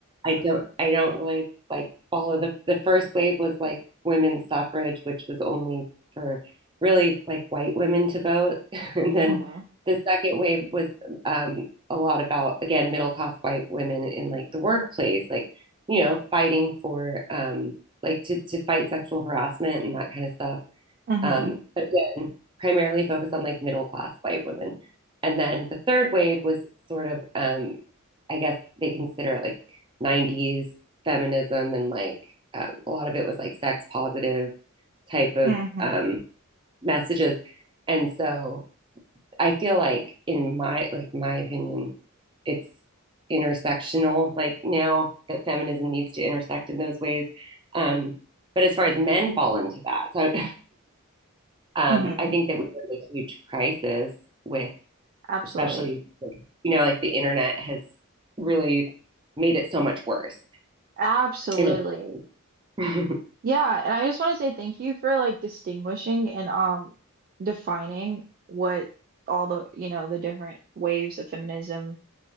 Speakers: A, on the right; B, on the right.
A: I don't I don't really like follow the the first wave was like women's suffrage, which was only for really like white women to vote. <laughs> And then
B: Mm-hmm.
A: the second wave was um a lot about again middle class white women in like the workplace, like, you know, fighting for um like to, to fight sexual harassment and that kind of stuff.
B: Mm-hmm.
A: Um, but again, primarily focused on like middle class white women. And then the third wave was sort of, um, I guess they consider it like 90s feminism and like uh, a lot of it was like sex positive type of
B: Mm-hmm.
A: um, messages. And so I feel like in my like my opinion, it's intersectional like now that feminism needs to intersect in those ways. Um, but as far as men fall into that, so um,
B: Mm-hmm.
A: I think that we were in a huge crisis with,
B: Absolutely.
A: especially, you know, like the internet has really made it so much worse.
B: Absolutely.
A: In a-
B: Yeah, and I just want to say thank you for like distinguishing and um defining what all the, you know, the different waves of feminism